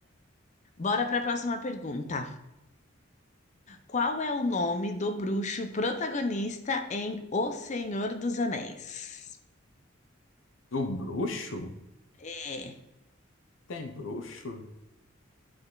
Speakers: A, on the left; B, on the left.
A: Bora para a próxima pergunta. Qual é o nome do bruxo protagonista em O Senhor dos Anéis?
B: Do bruxo?
A: É.
B: Tem bruxo?